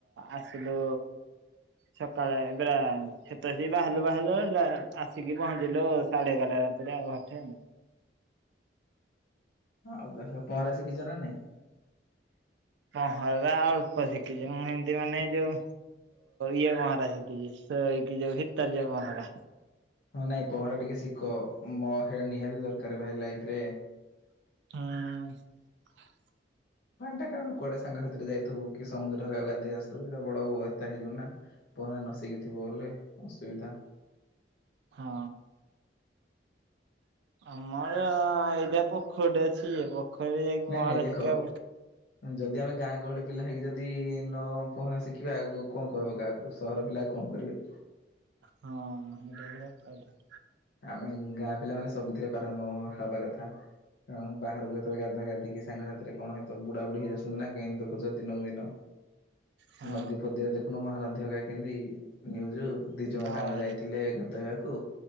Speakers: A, on the right; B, on the left.
A: ଆସିଲୁ ସକାଳେ ଏବେରାତ ବାହାରିଲୁ ବାହାରିଲୁ ଆସିକି ପହଞ୍ଚିଲୁ ସାଢେ ଏଗାରଟା ରାତିରେ ଆଉ ଘର ଆ
B: ଆଉ ତା ପହଁରା ଶିଖିଛ ନା ନାଇଁ।
A: ପହଁରା ଅଳ୍ପ ଶିଖିଛି ମୁଁ ସେମିତି ମାନେ ଯୋଉ ଇଏ ପହଁରା ଶିଖିଛିଇକି ଯୋଉ ଭିତର୍ଯ୍ୟ ପହଁରା।
B: ହଁ ନାଇଁ ପହଁରା ଟିକେ ଶିଖ ମୋ ନିହାତି ଦରକାର ଭାଇ ଲାଇରେ
A: ହଁ।
B: ପାଣିଟା କାରଣ କୁଆଡେ ସାଙ୍ଗସାଥିରେ ଯାଇଥିବୁ କି ସମୁଦ୍ରକକୁ ଗାଧେଇ ଆସିଥିବୁ ଏଇଟା ବଡବସ୍ଥା ହେଇଯିବ ନା ପହରେ ନସିକିଥିବ ବଲେ ଅସୁବିଧା।
A: ହଁ। ଆମର ଏଇଟା ପୋଖରଟ ଅଛି ଇ ଖରେ ଯାଇକି
B: ନାଇଁ
A: ମହାର
B: ନାଇଁ ଦେଖ
A: ଶଖା
B: ଯଦି ଆମେ ଗାଁ ଗହଳି ପିଲା ହେଇକି ଯଦି ନ ପହଁରା ଶିଖିବାେ ଆଉ କଣ କହିବ କାହାକୁ ସହର ପିଲା କଣ କରିବେ।
A: ହଁ ସେଇଟା ଫାଇଦା
B: ଆମେ ଗାଁ ପିଲାମାନୋନେ ସବୁଥିରେ ପାରଙ୍ଗ ହବା କଥା କାରଣ ବାହାରକୁ ଯେତେବେଳେ ଗାଧା ଗାଧିକି ସାଙ୍ଗସାଥିରେ କଣ ହତ ବୁଢା ବୁଢୀ ହେଇଯାଉୁି ନା କେହିମତି ଦେଖୁଛ ଦିନକୁ ଦିନ
A: ହଁ
B: ନଦୀ ଫଦୀରେ ଦେଖ ମହାନଧ୍ୟ କା କେମତି ନିୁଜ ଦି ଜଣ
A: ହଉ।
B: ସାଙ୍ଗ ଯାଇଥିଲେ? ଗଦେଇବାକୁ